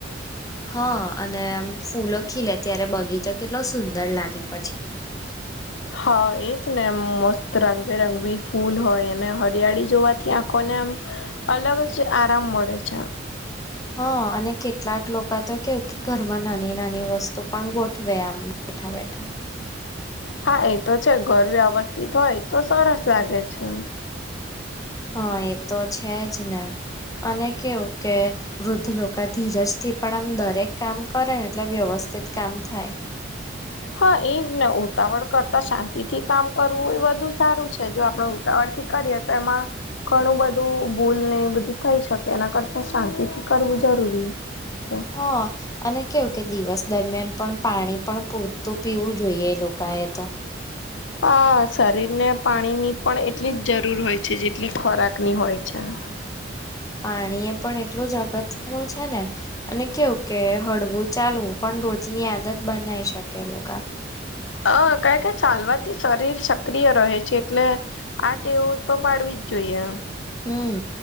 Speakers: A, on the left; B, on the left.
A: હા અને ફૂલો ખીલે ત્યારે બગીચો કેટલો સુંદર લાગે પછી
B: હા એ જ ને મસ્ત રંગબેરંગી ફૂલ હોય અને હરિયાળી જોવાથી આંખોને આમ અલગ જ આરામ મળે છે
A: હા અને કેટલાક લોકો તો કેવ કે ઘરમાં નાની નાની વસ્તુ પણ ગોઠવે આમ બેઠા બેઠા
B: હા એ તો છે ઘર વ્યવસ્થિત હોય તો સરસ લાગે છે
A: હા એ તો છે જ ને અને કેવું કે વૃદ્ધ લોકા થી ધીરજ થી પણ આમ દરેક કામ કરે ને એટલે વ્યવસ્થિત કામ થાય
B: હા એજ ને ઉતાવળ કરતા શાંતિ થી કામ કરવું એ બધું સારું છે જો આપણેે ઉતાવળ કરી તો એમાં ઘણું બધું ભૂલ ને એ બધું થઈ શકે એના કરતા શાંતિથી કરવું જરૂરી છે.
A: હા અને કેવું કે દિવસ દરમિયાન પણ પાણી પણ પૂરતું પીવું જોઈએ એ લોકોએ તો
B: અ શરીરને પાણીની પણ એટલી જ જરૂર હોય છે જેટલી ખોરાકની હોય છે <unintelligible>
A: પાણી એ પણ એટલું જ અગત્ય નું છે ને અને કેવું કે હળવું ચાલવું પણ રોજ ની આદત બનાવી શકે લોકો
B: હ કણ કે ચાલવાથી શરીર સક્રિય રહે છે એટલે આ ટેવું તો પાડવી જોઈએ
A: હમ